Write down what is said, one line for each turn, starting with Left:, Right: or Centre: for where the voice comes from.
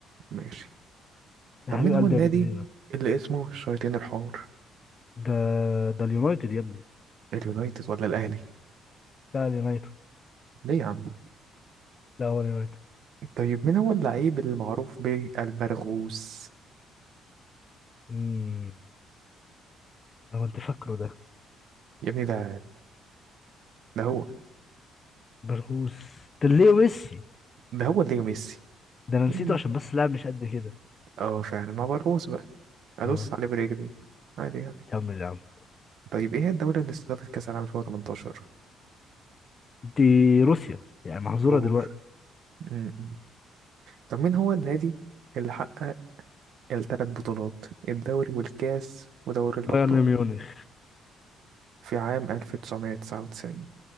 Right: ماشي
Left: يا
Right: طب
Left: حبيب
Right: مين
Left: قلبي
Right: هو النادي
Left: يا بنزيما
Right: اللي اسمه الشياطين الحمر
Left: ده ده اليونايتد يا ابني
Right: اليونايتد ولا الاهلي
Left: لا اليونايتد
Right: ليه يا عم
Left: لا هو اليونايتد
Right: طيب مين هو اللعيب المعروف بالبرغوث
Left: امم لو انت فاكره ده
Right: يا ابني ده ده هو
Left: برغوث ده ليه ميسي
Right: ده هو اللي ميسي
Left: ده انا نسيته
Right: ايه
Left: عشان بس لاعب مش قد كده
Right: اه فعلا هو برغوث بقى ادوس
Left: اه
Right: عليه برجلي عادي يعني
Left: كمل يا عم
Right: طيب ايه هي الدولة اللي استضافت كأس العالم 2018
Left: دي روسيا يعني محظوره
Right: الجمهور
Left: دلوقتي
Right: مم. طب مين هو النادي اللي حقق الثلاث بطولات الدوري والكاس ودوري الأبطال
Left: بايرن ميونخ
Right: في عام 1999